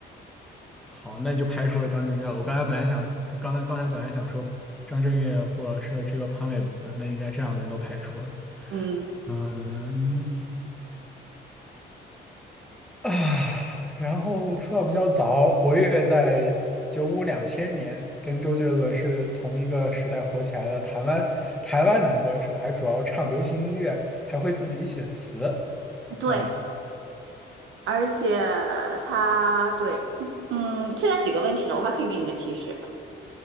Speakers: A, in the centre; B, on the right.
A: 好，那就排除了张震岳了。我刚才本来想，刚才刚才本来想说张震岳或者说这个潘玮柏的，那应该这两个人都排除了。
B: 嗯，
A: 嗯，啊，然后出道比较早，活跃在九五两千年，跟周杰伦是同一个时代火起来的台湾台湾男歌手，还主要唱流行音乐，还会自己写词。
B: 对，
A: 嗯，
B: 而且他对，嗯，现在几个问题了，我还可以给你个提示